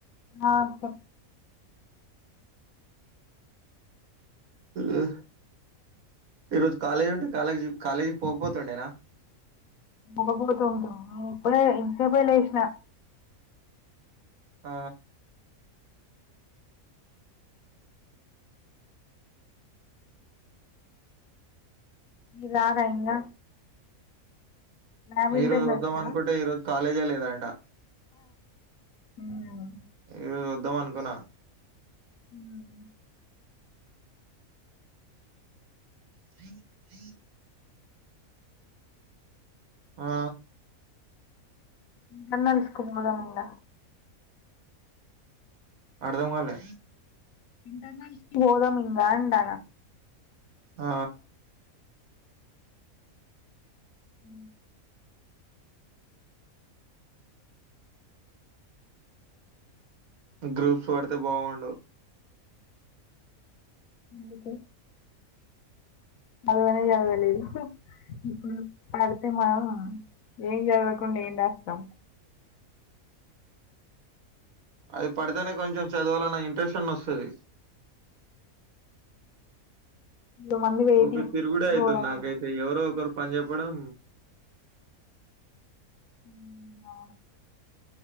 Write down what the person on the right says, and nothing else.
ఏ ఈ రోజు కాలేజీ ఉంటే కాలేజ్ కాలేజీ పోకపోతుండేనా
ఆ
ఈ
రోజు వద్దాం అనుకుంటే ఈ రోజు కాలేజే లేదట
ఈ రోజు వద్దాం అనుకున్నా
అ అ ఆ
అర్ధం కాలే
ఆ
గ్రూప్స్ పడితే బాగుండు
అది పడితేనే కొంచెం చదవాలన్న ఇంట్రెస్ట్ అన్న వస్తది
ఉకే తిరుగుడే అవుతుంది
నాకైతే ఎవరో ఒకరు పని చెెప్పడం